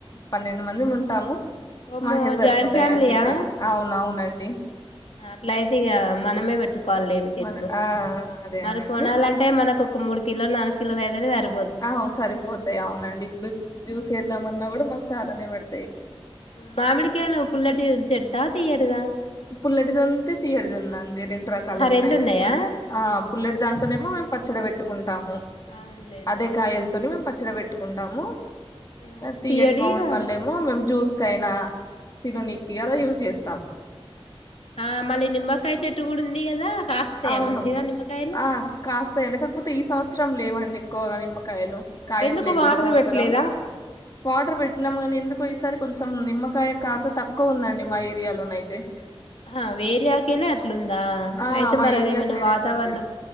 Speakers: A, on the left; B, on the left.
A: పన్నెండు మందిముంటాము
B: ఓమో
A: మాకే సరిపోతాయండి
B: జాయింట్ ఫ్యామిలీయా
A: ఇవి అవునవునండి
B: అట్లయితే ఇగ మనమే పెట్ ట్టుకోవాలిండి చెట్లు
A: మన ఆ అదే
B: మరి
A: అనండి
B: కొనాలంటే మనకు ఒక మూడు కిలో నాలుగు కిలోలయితేనే సరిపో
A: ఔ సరిపోతయ్ అవునండి ఇప్పుడు చూసే ఇద్దామన్నా కూడా మాకు చాలానే పడి
B: మామిడికాయలవి పుల్లటి చెట్టా తీయటిదా
A: పుల్లడిది ఉంది తీయటిది ఉందండి రెండు రకాలుగున్నాయి
B: ఆహా రెండు ఉన్నాయా
A: ఆ పుల్లటి దాంతోనేమో పచ్చడి పెట్టుకుం టాము
B: అవునులేండి
A: అదే కాయలతోని
B: ఆ
A: మేము పచ్చడి పెట్ ట్టుకుంటాము
B: ఆ
A: తీయటి
B: తీయటిగా
A: మాముడి పల్లేమో మేము జ్యూస్ కైనా తిననీకి అలా యూజ్ చేస్తాం
B: ఆ మళ్ళీ నిమ్మకాయ చెట్టు కూడా ఉంది కదా కాస్తాయా
A: అవును
B: మంచిగా నిమ్మకాయలు
A: ఆ కాస్తాయండి కాకపోతే ఈ సంవత్సరం లేవండి కోగా నిమ్మకాయలు కాయట్లేదు
B: ఎందుకు వాటర్
A: ఈ సంవత్సరం
B: పెట్టలేదా
A: వాటర్ పెట్టినాము గానీ ఎందుకో సరే కొంచెం నిమ్మకాయ ఖాతా తక్కువ ఉందండి మా ఏరియాలోన అయితే
B: ఆ వేరే ఆకేలే అట్లుందా
A: ఆ
B: అయితే
A: మా
B: మరి
A: ఏరియా
B: అదేమైనా
A: సైడ్
B: వాతావరణ
A: ఎ అటుంది